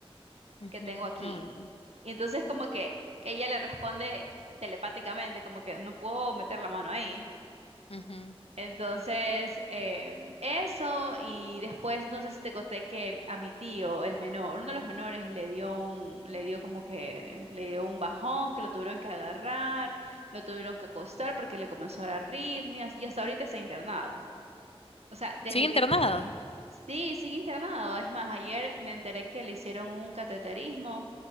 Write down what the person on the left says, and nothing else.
Ujú,
ujú,
ujú.
Sigue internado.